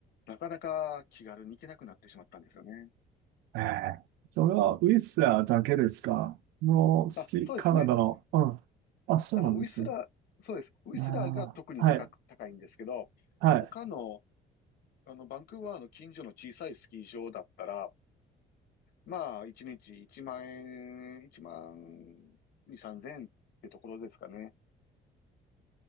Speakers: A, on the left; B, on the right.
A: なかなか気軽に行けなくなってしまったんですよね。
B: ええ。それはウィスラーだけですかもう好き、
A: あ、そうですね。
B: カナダの。うん。あ、そうなんですね。
A: あの、ウィスラー、そうです。ウィスラーが特に高く、
B: ああ、はい、
A: 高いんですけど、
B: はい。
A: 他の、あの、バンクーバーの近所の小さいスキー場だったら、まあ、1日1万円、1万2、3千円ってところですかね。